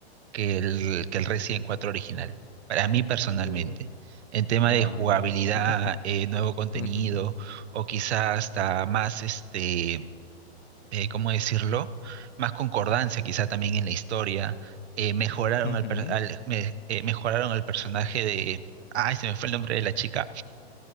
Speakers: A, on the right; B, on the left.
A: que el que el Resident cuatro original, para mí personalmente.
B: Uh,
A: En tema
B: No,
A: de jugabilidad,
B: no. <laughs>
A: eh, nuevo contenido
B: Ujú,
A: o quizás hasta más este eh, ¿cómo decirlo? Más concordancia quizá también en la historia. Eh, mejoraron
B: ujú.
A: al, per- al- me- eh, mejoraron al personaje de... Ay, se me fue el nombre de la chica.